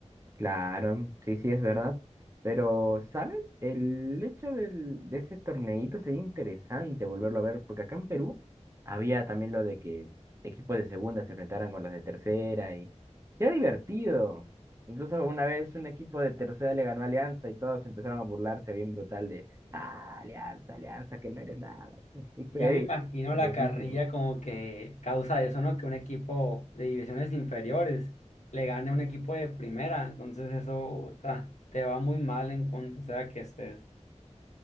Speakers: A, on the right (about 25°); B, on the left (about 70°).
A: Claro, sí, sí, es verdad. Pero, ¿sabes? El hecho del, de ese torneito sería interesante volverlo a ver, porque acá en Perú había también lo de que equipos de segunda se enfrentaran con los de tercera y era divertido. Incluso una vez un equipo de tercera le ganó a Alianza y todos empezaron a burlarse bien brutal de, ah, Alianza, Alianza, que no eres nada. <laughs> Y fue
B: Ya
A: ahí,
B: me imagino
A: graciosísimo.
B: la carrilla como que causa eso, ¿no? Que un equipo de divisiones inferiores le gane a un equipo de primera, entonces eso ta, te va muy mal en cuanto sea que estés.